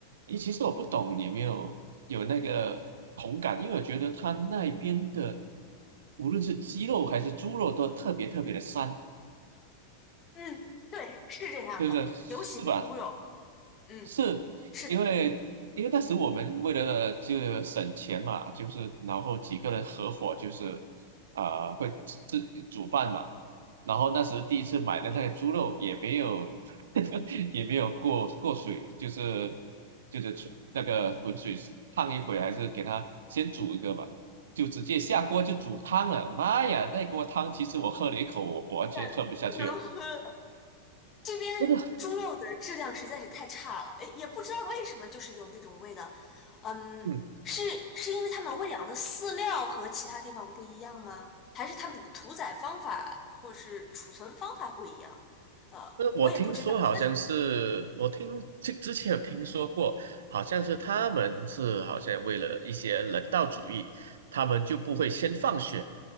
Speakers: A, on the right; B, on the left.
A: 咦，其实我不懂你有没有有那个同感，因为我觉得他那边的无论是鸡肉还是猪肉都特别特别的膻，
B: 嗯，对，是这样的，
A: 对不对？是吧？
B: 尤其是猪肉。嗯，
A: 是因为因为当时我们为了呃就省钱嘛，
B: 是的，
A: 就是然后几个人合伙就是啊、呃会自煮饭嘛，然后那时第一次买的那个猪肉也没有 <laughs> 也没有过过水，就是就是出那个滚水烫一会，还是给它先煮一个吧，就直接下锅就煮汤了。妈呀，那锅汤其实我喝了一口，我我完全喝不下去了，
B: 但不能喝，这边猪肉的质量实在是太差了，
A: 真的，
B: 诶，也不知道为什么，就是有那种味道。嗯，
A: 嗯。
B: 是是因为他们喂养的饲料和其他地方不一样吗？还是他们屠宰方法或者是储存方法不一样？呃，
A: 呃，我听说好像是，
B: 我也不知道。但是，
A: 我听之之前有听说过，好像是他们是好像为了一些人道主义，他们就不会先放血，